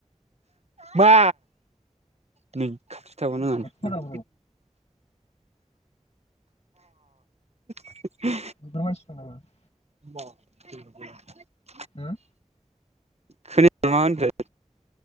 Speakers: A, on the right; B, on the left.
A: मा नै खाथि थाबाव‌ नाङा‌ नोंथां
B: न'खराव
A: <unintelligible> <unintelligible>
B: ओमफ्राय मानसि <unintelligible>
A: <unintelligible>
B: होम
A: खोनायखै मा होनखो?